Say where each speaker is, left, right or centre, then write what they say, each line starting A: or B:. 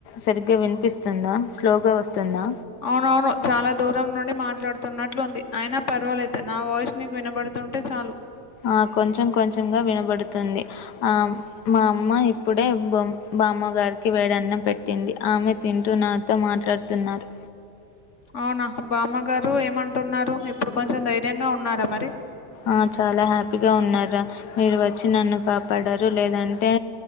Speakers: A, on the left; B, on the left.
A: సరిగ్గా వినిపిస్తుందా స్లోగా వస్తుందా
B: అవునవును చాలా దూరం నుండి మాట్లాడుతున్నట్లుంది అయినా పర్వాలేదు నా వాయిస్ నీకు వినబడుతు అట్లుంటే చాలు
A: ఆ కొంచెం కొంచెంంగా వినబడుతుంది ఆ మా అమ్మ ఇప్పుడే బొమ్ బామ్మగారికి వేడన్న పెట్టింది ఆమె తింటూ నాతో మాట్లాడుతున్నారు
B: అవునా బామ్మ గారు ఏమంటున్నారు ఇప్పుడు కొంచెం ధైర్యంగా ఉన్నారా మరి
A: ఆ చాలా హ్యాపీగా ఉన్నారా మీరు వచ్చి నన్ను కాపాడరు లేదంటే